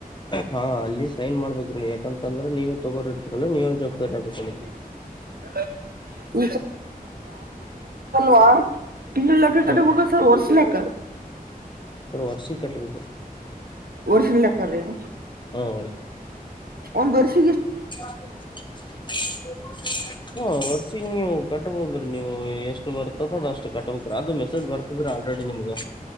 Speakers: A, on the left; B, on the right.
A: ಹಾ ಅಲ್ಲಿ ಸೈನ್ ಮಾಡ್ಬೇಕ್ರಿ ಯಾಕಂತಂದ್ರೆ ನೀವು ತಗೋರಿರ್ತರಲ್ಲ ನೀವ ಜವಾಬ್ದಾರಿ ಆಗ್ಬೇಕ
B: <unintelligible>
A: ಅದಕ್ಕೆ
B: ವಾ ತಿಂಗಳು ಲೆ
A: ಹಾ
B: ಹೋಗ ಸರ್ ವರ್ಷ ಲೆಕ್ಕ
A: ಸ ವರ್ಷಿ ಕಟ್ಟಬೇಕ
B: <unintelligible>
A: ಹೌ
B: ಒಂದ ವರ್ಸ
A: <unintelligible> ಕಟ್ಬೋದ್ರೀ ನೀವು ಎಷ್ಟು ಬರ್ತದ ಅಷ್ಟು ಕಟ್ಟಬೇಕ್ರಿ ಅದು ಮೆಸೇಜ್ ಬರ್ತಾದ್ರಿ ಆಲ್ರೆಡಿ ನಿಮ್ಗ